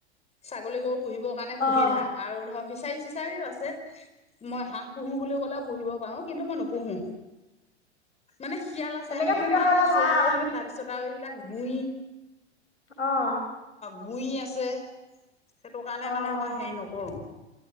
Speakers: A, on the left; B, on the left.
A: ছাগলী গৰু পুহিবৰ কাৰণে সুবিধা
B: অ
A: আৰু ধৰ ফিচাৰী চিচাৰিও আছে। মই হাঁহ পুহো বুলি ক'লে পুহিব পাৰো কিন্তু মই নোপুহো মানে। খিয়াল আছে
B: এনেকে
A: হেপাহ
B: সুবিধা হলে
A: আছে
B: ভাল
A: তাৰপিছত আৰু এইবিলাক গুৰি।
B: অহ।
A: গুৰি আছে সেইটো কাৰণে
B: অ
A: মানে
B: অ
A: মই হেৰি নকৰো।